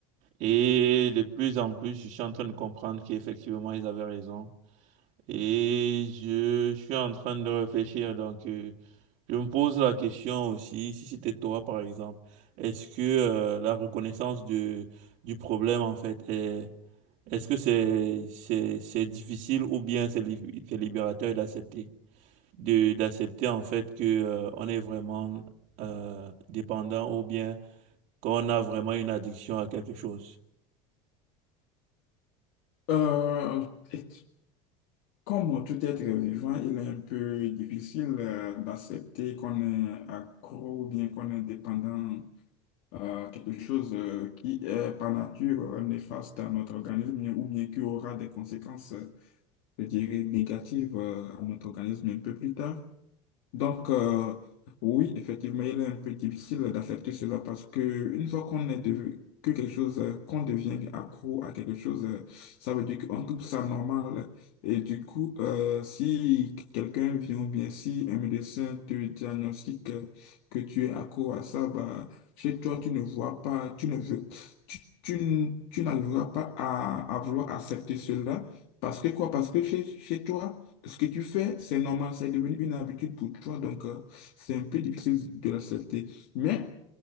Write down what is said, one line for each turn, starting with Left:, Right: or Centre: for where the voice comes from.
Right: Et de plus en plus, je suis en train de comprendre qu'effectivement, ils avaient raison. Et je suis en train de réfléchir. Donc, euh, je me pose la question aussi, si c'était toi, par exemple, est-ce que euh, la reconnaissance de, du problème, en fait, est, est-ce que c'est, c'est, c'est difficile ou bien c'est lib- c'est libérateur d'accepter? de d'accepter en fait que euh, on est vraiment euh, dépendant ou bien qu'on a vraiment une addiction à quelque chose.
Left: Euh, et comme tout être vivant, il est un peu difficile euh, d'accepter qu'on est accro ou bien qu'on est dépendant euh, à quelque chose euh, qui est par nature euh, néfaste à notre organisme ou bien qui aura des conséquences, euh, je dirais, négatives euh, à notre organisme un peu plus tard. Donc, euh, oui, effectivement, il est un peu difficile d'accepter cela parce que une fois qu'on est devenu, que quelque chose, euh, qu'on devient accro à quelque chose, euh, ça veut dire qu'on trouve ça normal. Et du coup, euh, si quelqu'un vient ou bien si un médecin te diagnostique euh, que tu es accro à ça, bah, chez toi, tu ne vois pas, tu ne veux, tu, tu, n- tu n'arriveras pas à, à vouloir accepter cela. Parce que quoi? Parce que chez, chez toi, ce que tu fais, c'est normal, c'est devenu une habitude pour toi, donc euh, c'est un peu difficile de l'accepter. Mais